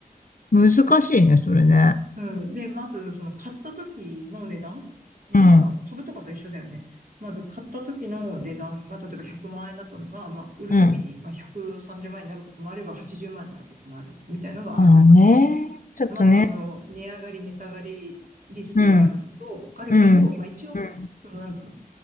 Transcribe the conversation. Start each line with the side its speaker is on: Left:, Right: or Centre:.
Left: 難しいね、それね。
Right: うん。で、まずその買った時の値段が、
Left: うん、
Right: まあ株とかと一緒だよね。まず買った時の値段が、例えば100万円だったのが、まあ売る時にまあ130万円になることもあれば80万円になることもあるみたいなのがある。
Left: うん。まあね、ちょっとね。
Right: まずその値上がり、値下がりリスクがあるのと、
Left: うん、
Right: あるけど、
Left: うん、
Right: まあ一応、
Left: うん、うん、
Right: そのなんつうの、